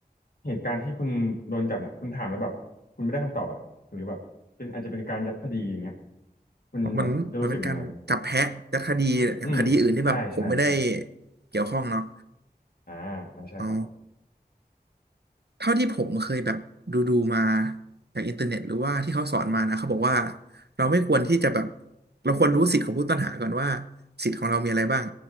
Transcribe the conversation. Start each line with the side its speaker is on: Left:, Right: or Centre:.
Left: เหตุการณ์ที่คุณโดนจับเนี่ยคุณถามแล้วแบบคุณไม่ได้คำตอบอ่ะหรือแบบเป็นอาจจะเป็นการยัดคดีอย่างเงี้ยคุณแบบจะรู้สึกยังไงครับ
Right: มันมันเป็นการจับแพะยัดคดีอย่างคดีอื่นที่แบบผมไม่ได้
Left: อืมใช่ใช่ใช่
Right: เกี่ยวข้องเนาะ
Left: อ่าอ่าใช่ครับ
Right: อ๋อเท่าที่ผมเคยแบบดูดูมาจากอินเทอร์เน็ตหรือว่าที่เขาสอนมานะเขาบอกว่าเราไม่ควรที่จะแบบเราควรรู้สิทธิ์ของผู้ต้องหาก่อนว่าสิทธิ์ของเรามีอะไรบ้าง